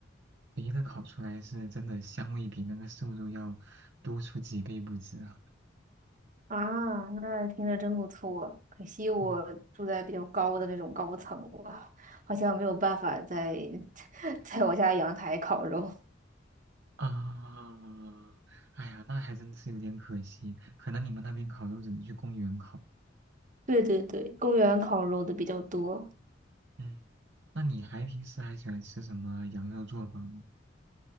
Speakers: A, on the right; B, on the right.
A: 肥的烤出来是真的香味比那个瘦肉要多出几倍不止啊。
B: 啊，那听着真不错。可惜我住在比较高的那种高层了，
A: 嗯。
B: 好像没有办法在 <laughs> 在我家阳台烤肉。
A: 啊，哎呀，那还真是有点可惜。可能你们那边烤肉只能去公园烤。
B: 对对对，公园烤肉的比较多。
A: 嗯，那你还平时还喜欢吃什么羊肉做法吗？